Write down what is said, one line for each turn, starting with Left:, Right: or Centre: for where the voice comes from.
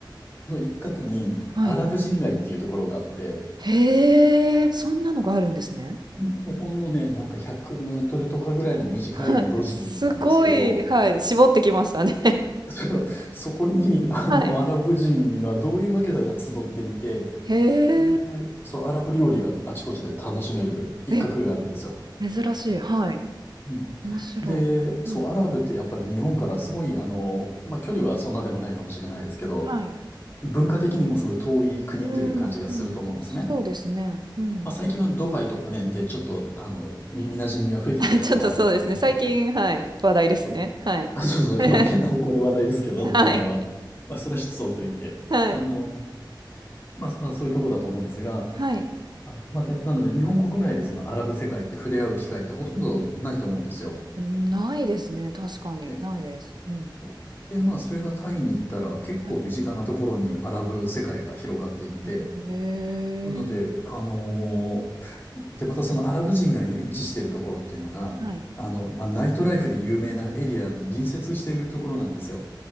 Left: の一角にアラブ人街っていうところがあって、
Right: はい。へえ、そんなのがあるんですね。
Left: うん。もうほんのね、なんか100メートルとかぐらいの短い路地なんですけど、
Right: はい。すごい、はい、絞ってきましたね。<laughs>
Left: そ <laughs> そこに、あの、
Right: はい。
Left: アラブ人がどういうわけだか集っていて、
Right: へ
Left: で、
Right: え。
Left: そう、アラブ料理があちこちで楽しめる一角があるんですよ。
Right: え、珍しい。はい。
Left: うん
Right: 面白い。
Left: で、そう、
Right: うんうん。
Left: アラブってやっぱり日本からすごい、あの、まあ、距離はそんなでもないかもしれないですけど、
Right: はい。
Left: 文化的にもすごい遠い国という感じがすると思うんですね。
Right: うん、うん。そうですね。うん。
Left: まあ、最近はドバイとかね、で、ちょっと、あの、耳馴染みは増えてきたところはあると思うんですけど、
Right: <laughs> ちょっとそうですね。最近、はい。話題ですね。
Left: そう、
Right: はい。
Left: あそうそう、
Right: <laughs>
Left: まあ、変な方向で話題ですけど、
Right: はい。
Left: ドバイは。まあ、それは一つ置いといて、
Right: はい。
Left: あの、まあ、まあ、そういうところだと思うんですが、
Right: はい。
Left: あの、まあ、で、なので、日本国内でそのアラブ世界って触れ合う機会ってほとんどないと思うんですよ。
Right: うん、ないですね。確かに。
Left: ね。
Right: ないです。うん。
Left: そうで、まあ、それがタイに行ったら、結構身近なところにアラブ世界が広がっていて、
Right: はい。へえ。
Left: なので、あのーで、またそのアラブ人街の位置してるところっていうのが、
Right: はい。
Left: あの、まあ、ナイトライフで有名なエリアに隣接しているところなんですよ。